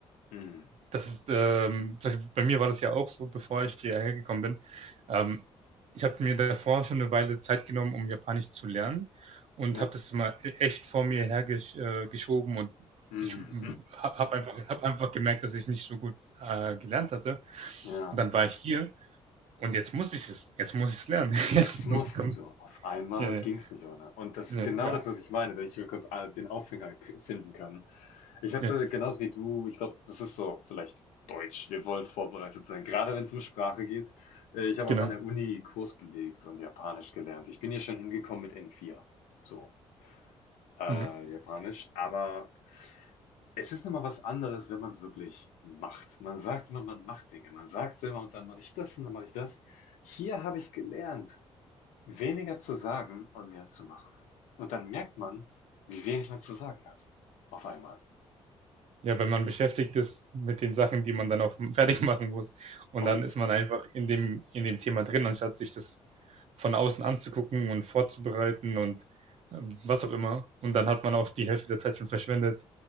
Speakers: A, on the left; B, on the right.
A: mm,
B: das ist, ähm, bei mir war das ja auch so, bevor ich hierher gekommen bin. Ähm, ich habe mir davor schon eine Weile Zeit genommen, um Japanisch zu lernen und
A: ja.
B: habe das immer e-, echt vor mir hergeschoben äh, geschoben und
A: Mm.
B: ich habe hab einfach, hab einfach gemerkt, dass ich nicht so gut äh, gelernt hatte.
A: <laughs> Ja.
B: Und dann war ich hier und jetzt muss ich es. Jetzt muss ich es lernen. <laughs> Jetzt,
A: Jetzt musstest
B: sonst kommt.
A: du. Auf einmal
B: Ja, ja,
A: ging's nicht ohne. Und das
B: ja,
A: ist genau
B: ja,
A: das, was ich meine, wenn ich mir kurz äh, den Aufhänger k- finden kann. Ich hatte
B: ja,
A: genauso wie du, ich glaube, das ist so vielleicht Deutsch. Wir wollen vorbereitet sein, gerade wenn es um Sprache geht. Äh, Ich habe
B: genau.
A: auch an der Uni Kurs belegt und Japanisch gelernt. Ich bin hier schon hingekommen mit N4. So, äh,
B: Mhm.
A: Japanisch. Aber es ist nochmal was anderes, wenn man es wirklich macht. Man sagt immer, man macht Dinge. Man sagt es immer und dann mache ich das und dann mache ich das. Hier habe ich gelernt. Weniger zu sagen und mehr zu machen. Und dann merkt man, wie wenig man zu sagen hat. Auf einmal.
B: Ja, wenn man beschäftigt ist mit den Sachen, die man dann auch <laughs> fertig machen muss. Und
A: Und,
B: dann ist man einfach in dem, in dem Thema drin, anstatt sich das von außen anzugucken und vorzubereiten und ähm, was auch immer. Und dann hat man auch die Hälfte der Zeit schon verschwendet.